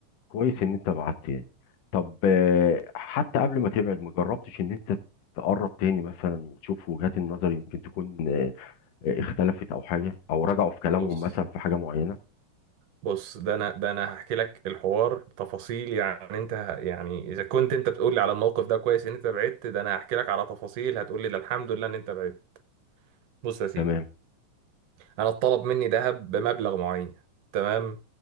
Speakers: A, on the left; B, on the right.
A: كويس ان انت بعدت يعني طب آه، حتى قبل ما تبعد ما جربتش ان انت تقرب تاني مثلا وتشوف وجهات النظر يمكن تكون آه، آه، اختلفت او حاجة او رجعوا في كلامهم
B: بص
A: مثلا في حاجة معينة
B: بص ده انا ده انا هحكي لك الحوار تفاصيل يعني انت ه- يعني اذا كنت انت بتقول لي على الموقف ده كويس ان انت بعدت ده انا هحكي لك على تفاصيل هتقول لي ده الحمد لله ان انت بعدت بص يا سيدي
A: تمام
B: انا اتطلب مني ذهب بمبلغ معين تمام